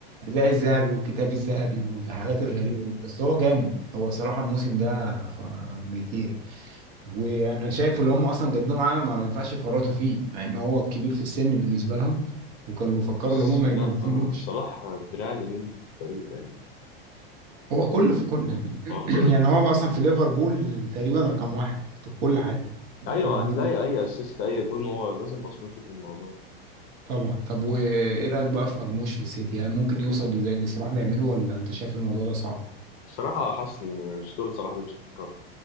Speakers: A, on the right (about 60°); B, on the left (about 45°).
A: زي الذهبي والكتاب الذهبي والحاجات الغريبة دي بس هو جامد هو صراحة الموسم ده خ- بيطير وانا
B: <laughs>
A: شايف اللي هم اصلا جددوا معاه ما ما ينفعش يفرطوا فيه مع ان هو كبير في السن بالنسبة لهم وكانوا بيفكروا
B: بس
A: ان هم ما
B: لا
A: يجددوش
B: آه، صلاح الدراع اليمين فريق تقريبا
A: هو كل في كل يعني
B: اه
A: <clears throat>
B: كله
A: يعني
B: في كله
A: هو اصلا في ليفربول تقريبا رقم واحد في كل حاجة بيحبوه
B: ايوه هتلاقي اي اسيست اي جون هو لازم بصمته في الموضوع
A: طبعا طب وايه رايك بقى في مرموش في السيتي هل ممكن يوصل زي اللي صلاح بيعمله ولا انت شايف الموضوع ده صعب
B: بصراحه حاسس ان اسطوره صلاح دي مش هتتكرر